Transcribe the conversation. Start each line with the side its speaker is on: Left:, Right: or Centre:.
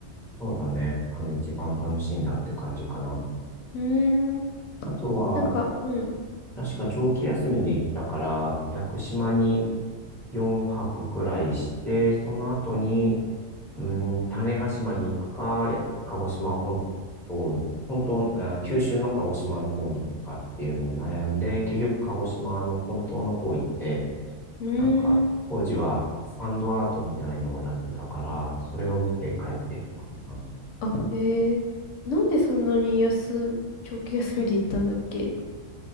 Centre: そうだね、あの一番楽しんだって感じかな。
Left: うーん。
Centre: あとは、
Left: なんか、うん。
Centre: 確か長期休みで行ったから、屋久島に4泊くくらいして、その後に、うーん、種子島に行くか、や鹿児島本島、本当、あー九州の鹿児島の方に行くかっていうのを悩んで、結局鹿児島の本島の方行って、
Left: うーん。
Centre: なんか、当時はサンドアートみたいのをやってたから、それを見て帰ってきたかな。
Left: あ、へえ。なんでそんなに安、長期休みで行ったんだっけ